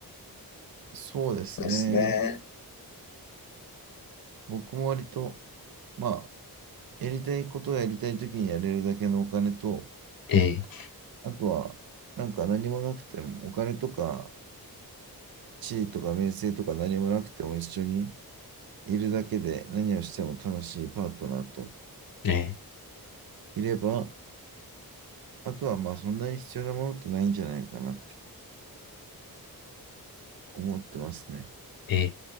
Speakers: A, on the right; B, on the left.
A: そうですね。
B: そうですね。
A: 僕も割と、まあ、やりたいことをやりたいときにやれるだけのお金と、
B: ええ、
A: あとは、なんか何もなくても、お金とか地位とか名声とか何もなくても一緒にいるだけで何をしても楽しいパートナーと
B: ええ、
A: いれば、あとはまあそんなに必要なものってないんじゃないかなって思ってますね。
B: ええ。